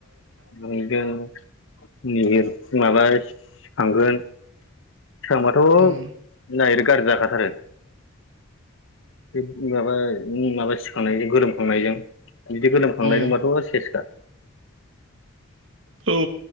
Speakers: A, on the left; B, on the right.
A: मोनगोन निहिर मालाय। थांगोन। सोरांबाथ'
B: उम
A: नागोर गाज्रि जाखाथारो। <unintelligible> उम माबा सिखांनायजों गोलोमखांनायजों बिदि गोलोमखांलायदोंबाथ'
B: उम
A: सेसखा।
B: औ।